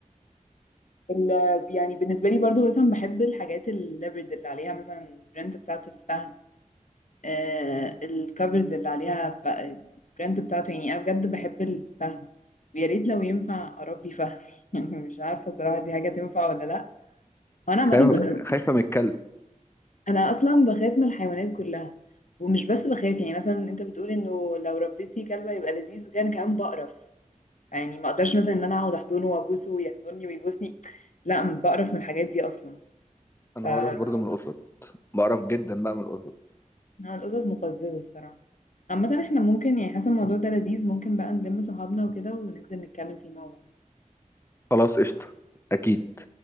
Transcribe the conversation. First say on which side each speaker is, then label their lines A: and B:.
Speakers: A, on the left; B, on the left.
A: ال... يعني بالنسبة لي برضو مثلا بحب الحاجات الليبرد اللي عليها مثلا البرنت بتاعت الفهد آه الكفرز اللي عليها ف... البرنت بتاعته يعني أنا بجد بحب الفهد ويا ريت لو ينفع أربي فهد <laughs> يعني مش عارفة صراحة دي حاجة تنفع ولا لأ انا عامه
B: خايفة
A: ب...
B: خايفة من الكلب
A: انا اصلا بخاف من الحيوانات كلها ومش بس بخاف يعني مثلا انت بتقول انه لو ربيتي كلبه يبقى لذيذ وكان كمان بقرف يعني ما اقدرش مثلا ان انا اقعد احضنه وابوسه ويحضني ويبوسني لا م- بقرف من الحاجات دي اصلا
B: انا
A: ف <laughs>
B: بعرف برضه من القطط بعرف جدا بقى من القطط
A: آه، القطط مقززه الصراحه عامه احنا ممكن يعني حسب الموضوع ده لذيذ ممكن بقى نلم صحابنا وكده وننزل نتكلم فيه مع بعض
B: خلاص قشطة اكيد